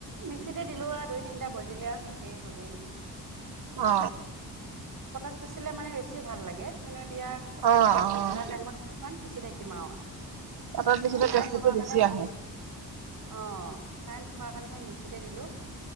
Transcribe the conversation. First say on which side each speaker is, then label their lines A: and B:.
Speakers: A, on the right (about 55°); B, on the right (about 75°).
A: মিক্সিতে দিলো আৰু দুই তিনটা বজিলে আৰু শেষেই হলেই
B: অ
A: পটাত পিচিলে মানে বেছি ভাল লাগে কিন্তু এতিয়া
B: অ অ
A: গধূলা টাইমত ইমান পিচি থাকিম আৰু
B: পাতাত পিছিলে
A: সেই কাৰেণ্ট
B: টেষ্টিটো
A: থকাৰ
B: বেছি
A: কাৰণে
B: আহে
A: অ কাৰেণ্ট থকাৰ কাৰণে সেই মিক্সিতে দিলো